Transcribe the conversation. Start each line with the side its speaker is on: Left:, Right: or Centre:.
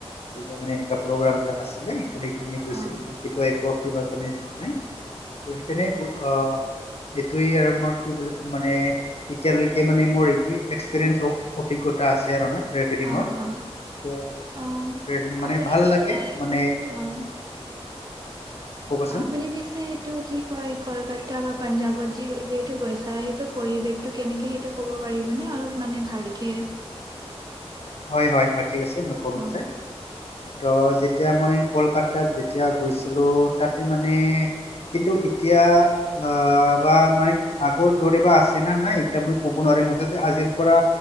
Left: কিবা মানে এনেকুৱা প্ৰগ্ৰাম বিলাক আছিলে সেইকাৰণে গৈছিলো
Right: অ',
Left: কি এক কিবাৰ কাৰণে যোৱা নাই ত সেইকাৰণে আহ এইটোয়ে আৰু মই কি বুলি ত মানে এতিয়ালৈকে মানে মোৰ এইটোয়ে এক্সপিৰিয়েন্ঞ্চ অভিজ্ঞতা আছে আৰু না ট্ৰেভেলিঙৰ
Right: অ', অ',
Left: ত
Right: অ',
Left: উ মানে
Right: আপুনি
Left: ভাল
Right: পিছে
Left: লাগে মানে
Right: অ',
Left: ক'বচোন
Right: আপুনি পিছে এইটো কি কয় কলকাত তাৰাপা পাঞ্জাৱত যি যিহেতু গৈছা। সেইটোৰ পৰিৱেশটো কেনেকে সেইটো ক'ব পাৰিবনে অলপ মানে ভাল কে
Left: হয়, হয়, অ' ঠিক আছে মই
Right: অ',
Left: <unintelligible> তো যেতিয়া মই কলকাতাত যেতিয়া গৈছিলো তাতে মানে কিন্তু এতিয়া অ' বা মানে আগৰ দৰে বা আছে না নাই এতিয়া মই ক'ব নোৱাৰো। মুঠতে আজিৰ পৰা